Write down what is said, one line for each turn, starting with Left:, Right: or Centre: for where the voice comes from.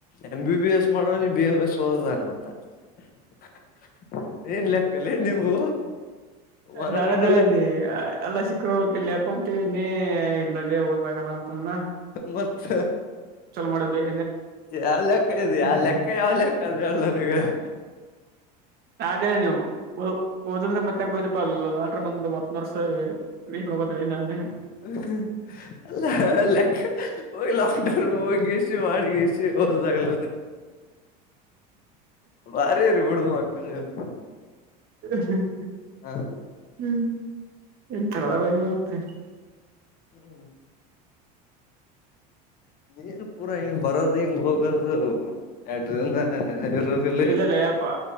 Left: ಎಂ, ಬಿ, ಬಿ, ಎಸ್. ಮಾಡೋನಿಗೆ B. M S. ಒಧನಳನಾಥೆ. <inaudible> Green left lake ಅಲ್ಲಿ ನೀವು ಹೊರಗಡೆ
Right: ನಾನದ ಹೇಳಿನಿ
Left: ಲೆಫ್ಟ್. <inaudible>
Right: ಎಲ್ಲ ಸಿಕ್ರ ಹೋಗಲೇ ಯಪ್ಪಾ ಅಂತ ಹೇಳೀನಿ. ಇಲ್ಲಲೆ ಹೋಗಕಾಗಲ್ಲ ಅಂತಂದ. <inaudible>
Left: ಮತ್ತ
Right: ಚಲೋ ಮಾಡಿದ ಬೈ
Left: ಯಾವ ಲೆಕ್ಕ ಇದು,
Right: ಅಂದೇನ
Left: ಯಾವ ಲೆಕ್ಕ ಯಾವ ಲೆಕ್ಕ. <inaudible> ಕದೇಳ್ ನನಗ. <inaudible>
Right: ಯಾವ್ದು ಹೇಳಿ ನೀವು. ಒ ಓದಂದ್ರ ಮತ್ಯಾಕ್ ಹೋಗಿದ್ದೆಪ ಲಾಂಡ್ರ್ ಮುಂದ್ ಮತ್ ವರ್ಷ ನೀವು. <inaudible> ವೇಟ್ ಮಾಡ್ಕೋತಾ ಇದೀನಿ ನಾನು. <inaudible>
Left: ಹೂ ಹೂ ಅಲ್ಲ ಲೆಕ್ಕ ಹೋಗಿ ಲಾಕ್ಡೌನ್ ಮುಗಿಸಿ ಮಾಡಿಗಿಸಿ. <inaudible> ಹೋಗೋದಾಗಲ್ಲ. ಭಾರಿರಿಬುಡು ಮಕ್ಕಳು. <inaudible>
Right: ಹ್ಮ್,
Left: ಹ
Right: ಹೂ ಒಂತರ ಆಗುತ್ತೆ ಮತ್ತೆ. <inaudible>
Left: ಹು, ಹು. <inaudible> ಏನು ಪೂರಾ ಹಿಂಗ್ ಬರೋದು ಹಿಂಗ ಹೋಗದು ನಾಡಿರಿನ. <unintelligible> ಹ, ನಾನ್ ಇರುವದಿಲ್ಲ.. <inaudible>
Right: ಇಲ್ಲಲೆ ಯಪ್ಪಾ.